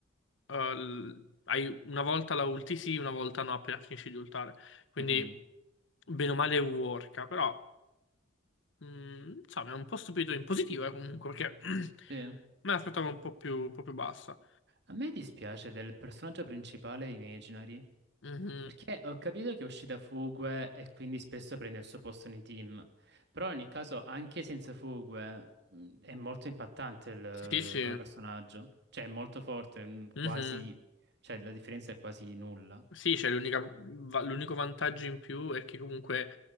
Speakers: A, on the left; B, on the right.
A: eh, l- hai una volta la ulti sì, una volta no, appena finisci di ultare. Quindi
B: mhm,
A: bene o male worka, però mh, insomma è un po' stupito in positivo eh, comunque, perché <clears throat>
B: sì.
A: me l'aspettavo un po' più, un po' più bassa.
B: A me dispiace del personaggio principale Imaginary
A: Mhm.
B: Perché ho capito che è uscita Fugue e quindi spesso prende il suo posto nei team, però in ogni caso anche senza Fugue mh, è molto impattante il-
A: Sì, sì.
B: come personaggio, cioè è molto forte, mh,
A: Mhm.
B: quasi, cioè la differenza è quasi nulla.
A: Sì, c'è l'unica- va- l'unico vantaggio in più è che comunque